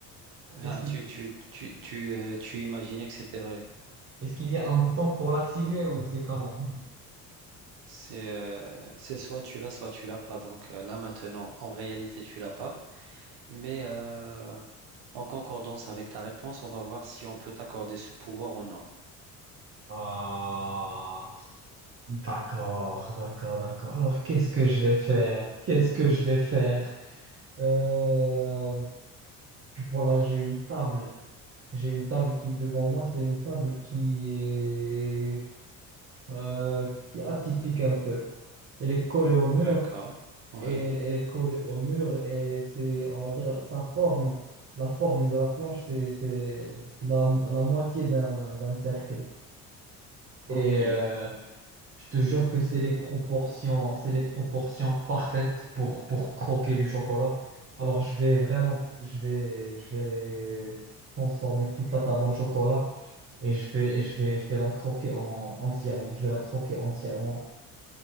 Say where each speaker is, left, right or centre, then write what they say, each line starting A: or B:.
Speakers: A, on the right; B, on the right.
A: Ah,
B: Est-ce qu'il
A: tu, tu, tu, tu, euh, tu imaginais que c'était vrai.
B: est-ce qu'il y a un bouton pour l'activer ou c'est comment?
A: C'est euh, c'est soit tu l'as, soit tu l'as pas. Donc euh, là maintenant, en réalité, tu l'as pas. Mais euh, en concordance avec ta réponse, on va voir si on peut t'accorder ce pouvoir ou non.
B: Ah, d'accord, d'accord, d'accord. Alors, qu'est-ce que je vais faire? Qu'est-ce que je vais faire? Euh, voilà, j'ai une table. J'ai une table qui est devant moi. C'est une table qui est euh, qui est atypique un peu. Elle est collée au
A: D'accord.
B: mur,
A: Ouais.
B: et elle, elle est collée au mur, et c'est, on va dire, sa forme, la forme de la planche, c'est, c'est la, la moitié d'un, d'un cercle. Et
A: Ok.
B: euh, je te jure que c'est les proportions, c'est les proportions parfaites pour, pour croquer du chocolat. Alors je vais vraiment, je vais, je vais transformer toute la table en chocolat et je vais, et je vais, je vais la croquer en, entièrement. Je vais la croquer entièrement